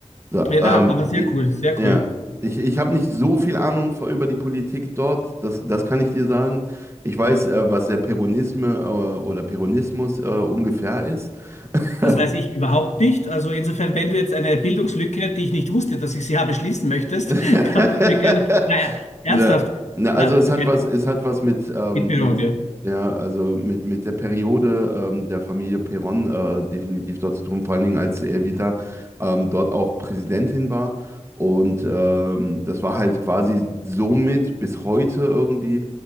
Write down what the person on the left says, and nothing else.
Ja,
na, aber sehr
cool, sehr
cool.
Das weiß ich überhaupt nicht. Also insofern, wenn du jetzt eine Bildungslücke, die ich nicht wusste, dass ich sie habe, schließen möchtest,
<laughs> kannst du mir gerne. Naja, ernsthaft.
Na,
kein
Mitbürger
dir.